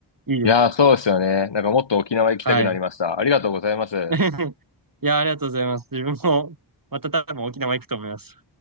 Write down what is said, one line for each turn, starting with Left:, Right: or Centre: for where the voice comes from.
Right: いいですね。
Left: いや、そうですよね。なんかもっと沖縄行きたくなりました。
Right: はい。
Left: ありがとうございます。
Right: <laughs> いや、ありがとうございます。自分も、また多分沖縄行くと思います。